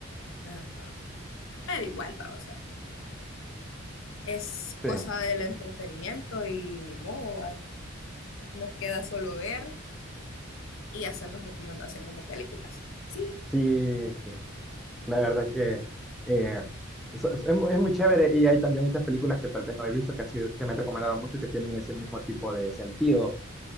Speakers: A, on the left; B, in the centre.
A: Ajá. Pero igual, va, o sea, es cosa
B: Sí.
A: del entretenimiento y ni modo, va. Nos queda solo ver y hacernos recomendaciones de películas. Sí.
B: Sí, La verdad que eh, es, es- es mu- es muy chévere y hay también muchas películas que tal vez no he visto que, han sido- que me han recomendado mucho que tienen ese mismo tipo de sentido